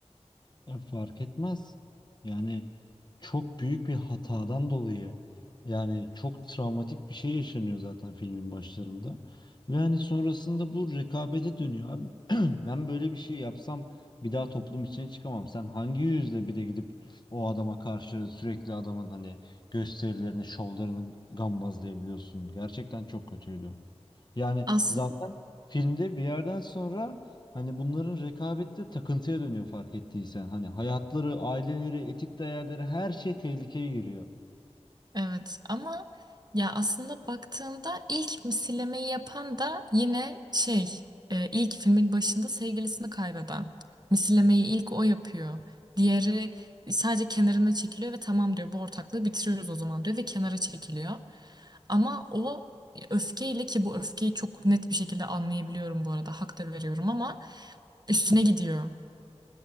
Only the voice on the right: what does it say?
Aslında.
Evet ama ya aslında baktığında ilk misillemeyi yapan da yine şey e, ilk filmin başında sevgilisini kaybeden. Misillemeyi ilk o yapıyor. Diğeri sadece kenarına çekiliyor ve tamam diyor bu ortaklığı bitiriyoruz o zaman diyor ve kenara çekiliyor. Ama o öfkeyle ki bu öfkeyi çok net bir şekilde anlayabiliyorum bu arada hak da veriyorum ama üstüne gidiyor.